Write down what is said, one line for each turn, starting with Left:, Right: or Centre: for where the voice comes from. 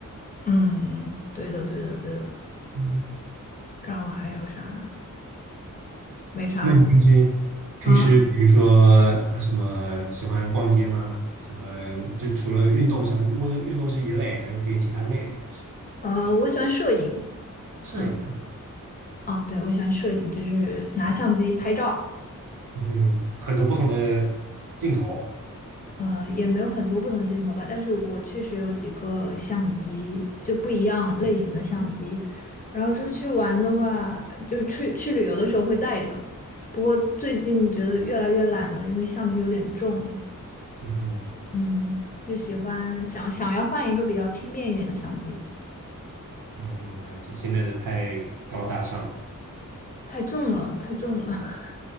Left: 嗯嗯，对的对的对的。
Right: 嗯，
Left: 然后还有啥？没啥。
Right: 那你平时平时比如说
Left: 啊，
Right: 呃什么喜欢逛街吗？喜欢就除了运动项目，运动运动是一类，还可以其他类。
Left: 呃，我喜欢摄影。
Right: 摄影啊，
Left: 嗯，哦，对，我喜欢摄影，就是拿相机拍照。
Right: 嗯哼很多不同的镜头，
Left: 呃，也没有很多不同镜头吧，但是我确实有几个相机，就不一样类型的相机。然后出去玩的话，就去去旅游的时候会带着，不过最近觉得越来越懒了，因为相机有点重，
Right: 嗯哼，
Left: 嗯，就喜欢想想要换一个比较轻便一点的相机，
Right: 嗯，了解。现在的太高大上了。
Left: 太重了，太重了。<laughs>